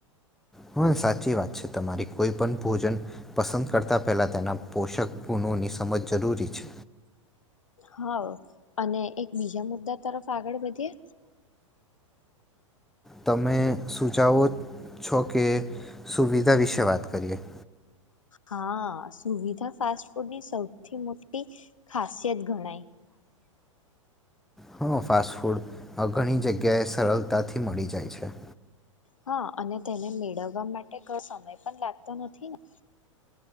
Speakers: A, in the centre; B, on the left.
A: હા સાચી વાત છે તમારી કોઈ પણ ભોજન પસંદ કરતા પહેલા તેના પોષક ગુણોની સમજ જરૂરી છે.
B: હા અને એક બીજા મુદ્દા તરફ આગળ વધીએ
A: તમે સુચાવો છો કે સુવિધા વિશે વાત કરીએ
B: હા, સુવિધા ફાસ્ટ ફૂડની સૌથી મોટી ખાસિયત ગણાય
A: હા, ફાસ્ટ ફૂડ આ ઘણી જગ્યાએ સરળતાથી મળી જાય છે
B: હા, અને તેને મેળવવા માટે ઘ સમય પણ લાગતો નથી ને